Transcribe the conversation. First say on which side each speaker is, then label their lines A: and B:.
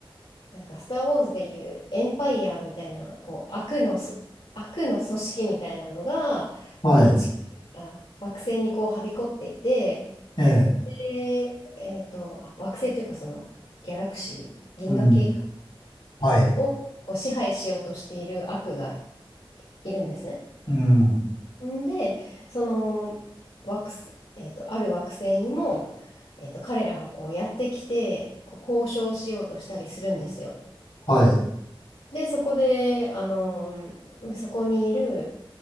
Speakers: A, on the left; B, on the left.
A: なんか、スター・ウォーズでいうエンパイアみたいな、こう、悪のそ、悪の組織みたいなのが、
B: はい、
A: こう、地あ、惑星にこう、はびこっていて、
B: ええ、
A: で、えっと、あ惑星というか、その、ギャラクシー、銀河系か。
B: うん、はい。
A: をこう支配しようとしている悪がいるんですね。
B: うん。
A: んで、その惑星、えっと、ある惑星にも、えっと、彼らがこうやってきて、こう交渉しようとしたりするんですよ。
B: はい。
A: で、そこで、あの、そこにいる、